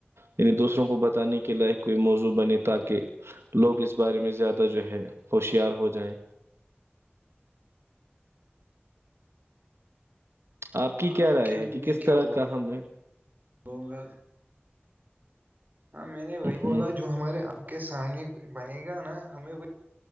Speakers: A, on the right; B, on the right.
A: یعنی دوسروں کو بتانے کے لائق کوئی موضوع بنے تاکہ لوگ اس بارے میں زیادہ جو ہے ہوشیار ہو جائیں آپ کی کیا
B: اب
A: رائے ہے کہ
B: میں
A: کس طرح
B: کیا
A: کا ہم میں
B: بولوں گا ہاں میں نے وہی بولا
A: ہ
B: جو ہمارے آپ کے سامنے کچھ بنے گا نا ہمیں وہ